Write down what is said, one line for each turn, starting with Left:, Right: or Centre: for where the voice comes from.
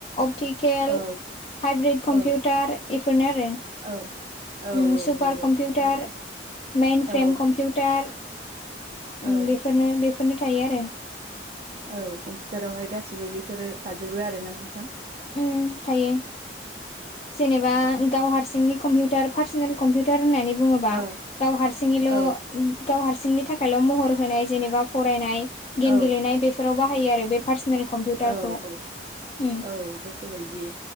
Left: अपटिकेल
Right: औ
Left: हाइब्रिद कम्पिउटार
Right: औ
Left: इफोरनो आरो
Right: औ औ
Left: उम
Right: औ
Left: सुपार
Right: नंगौ
Left: कम्पिउटार
Right: थारैनो
Left: मेइन फ्रेम
Right: औ
Left: कम्पिउटार उम
Right: औ
Left: बेफोरनो बेफोरनो थायो आरो।
Right: औ कम्पिउटारावहाय गासिबो बेफोरो थाजोबो आरो ना नोंथां।
Left: उम थायो। जेनेबा
Right: औ
Left: गाव हारसिंनि कम्पिउटार पार्सनेल कम्पिउटार होननानै बुङोबा
Right: औ
Left: गाव हारसिङैल'
Right: औ
Left: गाव हारसिंनि थाखायल' महर होनाय जेनेबा फरायनाय गेम
Right: औ
Left: गेलेनाय बेफोराव बाहायो आरो बे पार्सनेल कम्पिउटारखौ।
Right: औ औ
Left: उम
Right: औ गोसो बायदि।